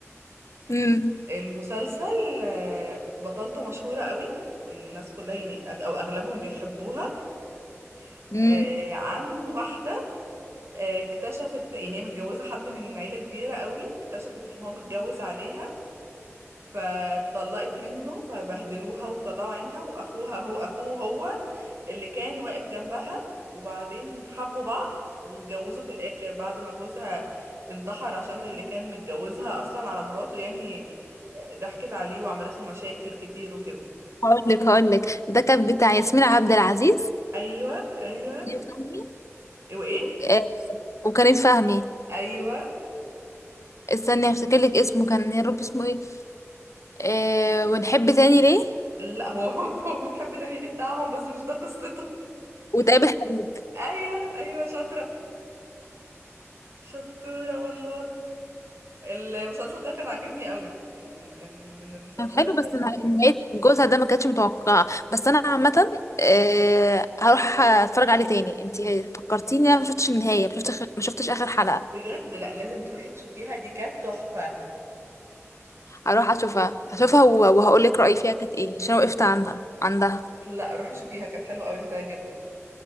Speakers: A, on the left; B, on the right.
A: امم
B: المسلسل آه، بطلته مشهورة قوي والناس كلها يعني أغ- او اغلبهم بيحبوها آه،
A: امم
B: عن واحدة آه، اكتشفت يعني هي متجوزة حد من عيلة كبيرة قوي اكتشفت ان هو متجوز عليها فاتطلقت منه فبهدلوها وطلعوا عينها واخوها هو اخوه هو اللي كان واقف جنبها وبعدين حبوا بعض واتجوزوا في الاخر بعد ما جوزها انتحر عشان اللي كان متجوزها اصلا على مراته يعني ضحكت عليه وعملت له مشاكل كتير وكده
A: هقول لك هقول لك ده كان بتاع ياسمين عبد العزيز
B: ايوه ايوه
A: كريم فهمي
B: وايه
A: آه وكريم فهمي
B: ايوه
A: استني هفتكر لك اسمه كان يا رب اسمه ايه آه ونحب تاني ليه
B: لا هو <laughs> هو منحب تاني ليه بتاعهم بس مش ده قصته
A: وتقابل حبيب
B: <laughs> ايوه ايوه شاطره شطوره والله المسلسل ده كان عاجبني قوي يعني كان من المسلسلات
A: كان حلو بس أنا- نهاية جوزها ده ما كانتش متوقعة بس انا عامة آه هروح اتفرج عليه تاني انت فكرتيني انا ما شفتش النهاية ما شفتش ما شفتش اخر حلقة
B: بجد لا لازم تروحي تشوفيها دي كانت تحفة
A: هروح اشوفها اشوفها وهقول لك رأيي فيها كانت ايه عشان وقفت عندها عندها
B: لا روحي شوفيها كانت حلوة قوي هتعجبك